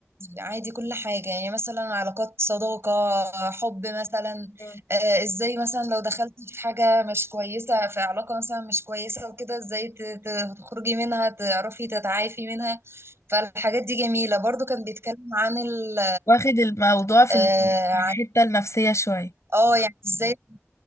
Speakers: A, on the right; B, on the left.
A: عادي عادي كل حاجة يعني مثلا علاقات صداقة حب مثلا
B: مم.
A: آه، ازاي مثلا لو دخلت في حاجة مش كويسة في علاقة مثلا مش كويسة وكده ازاي ت- ت- تخرجي منها تعرفي تتعافي منها فالحاجات دي جميلة برضو كان بيتكلم عن ال
B: واخد الموضوع في
A: آه، عن
B: الحتة النفسية شوية
A: اه يعني ازاي